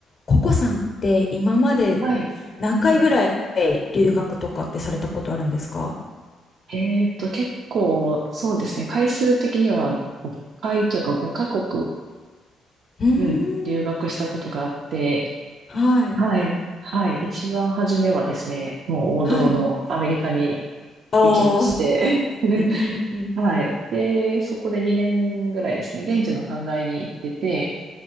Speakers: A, on the left; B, on the right.
A: ココさんって今まで
B: はい。
A: 何回ぐらい
B: うん。
A: 留学とかってされたことあるんですか
B: えっと、結構、そうですね。回数的には5回というか5カ国、
A: うー
B: うん、留学したことがあって、
A: ん、はい、
B: はい。はい。一番初めはですね、もう王道のアメリカに
A: はい。あ
B: 行きまして、
A: あ、
B: <laughs>
A: うんうんうんうん。
B: はい。で、そこで2年ぐらいですね、現地の短大に行ってて、